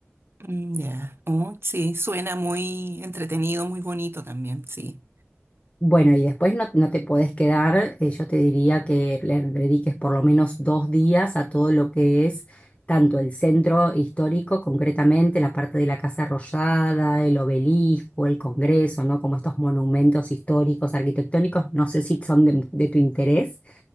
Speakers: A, on the right; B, on the left.
A: mm, ya. Oh, sí, suena muy entretenido, muy bonito también, sí.
B: Bueno, y después no, no te podés quedar, eh, yo te diría que le dediques por lo menos dos días a todo lo que es tanto el centro histórico, concretamente la parte de la Casa Rosada, el obelisco, el Congreso, ¿no? Como estos monumentos históricos, arquitectónicos, no sé si son de, de tu interés,